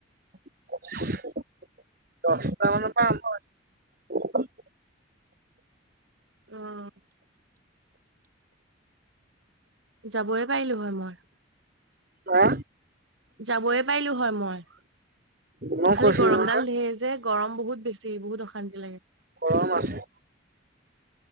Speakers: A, on the right; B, on the right.
A: দশটা মানৰ পৰা আৰম্ভ হৈছে
B: অহ যাবয়ে পাৰিলো মই
A: হাআ
B: যাবই পাৰিলো হয় মই
A: মই
B: খালি
A: কৈছিলোঁ
B: গৰম
A: নহয়
B: ডাল ধেৰ যে গৰম বহুত বেছি বহুত অশান্তি লাগে।
A: গৰম আছে